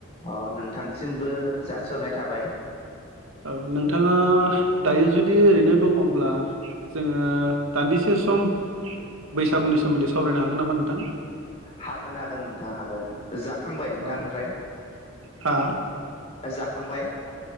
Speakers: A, on the left; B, on the right.
A: अ' नोंथांसिमबो जास'नाय थाबाय
B: औ नोंथाङा दायो जुदि ओरैनो दङब्ला जोङो दान्दिसे सम बैसागुनि सोमोन्दै सावरायनो हागोन नामा नोंथां?
A: हागोन हागोन नोंथाङा हागोन। जाखांबाय नोंथां
B: अ
A: ओमफ्राय?
B: हा?
A: जाखांबाय?